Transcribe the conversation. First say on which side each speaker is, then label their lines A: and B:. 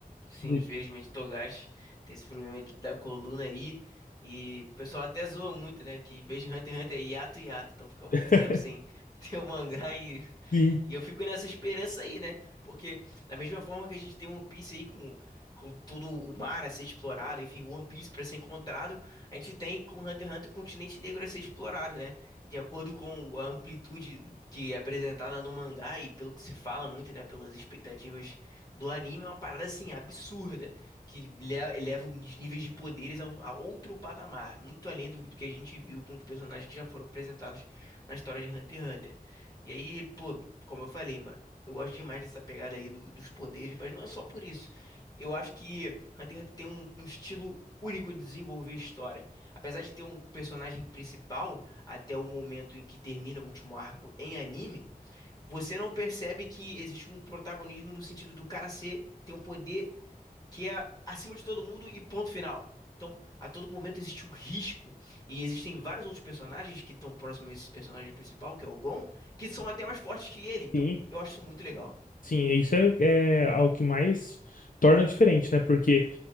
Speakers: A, on the left (about 25°); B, on the left (about 60°).
A: Sim,
B: de-
A: infelizmente Togashi tem esse problema de- da coluna aí. E o pessoal até zoa muito, né? Que em vez de Hunter x Hunter é hiato hiato. Então fica muito
B: <laughs>
A: tempo sem <laughs> ter o mangá e
B: Sim.
A: e eu fico nessa esperança aí, né? Porque da mesma forma que a gente tem One Piece aí com, com todo o mar a ser explorado, enfim, One Piece pra ser encontrado, a gente tem com Hunter x Hunter o continente negro a ser explorado, né? De acordo com a amplitude que é apresentada no mangá e pelo que se fala muito, né? Pelas expectativas do anime, é uma parada assim absurda, que le- eleva os níveis de poderes a, um- a outro patamar, muito além do, do que a gente viu com os personagens que já foram apresentados na história de Hunter x Hunter. E aí, pô como eu falei, mano, eu gosto demais dessa pegada aí do- dos poderes, mas não é só por isso. Eu acho que Hunter x Hunter tem um, um estilo único de desenvolver história. Apesar de ter um personagem principal até o momento em que termina o último arco em anime, você não percebe que existe um protagonismo no sentido do cara ser ter um poder que é acima de todo mundo e ponto final. Então, a todo momento existe um risco. E existem vários outros personagens que estão próximos a esse personagem principal, que é o Gon, que são até mais fortes que ele. Então,
B: Sim,
A: eu acho isso muito legal.
B: sim, isso é, é algo que mais torna diferente, né? Porque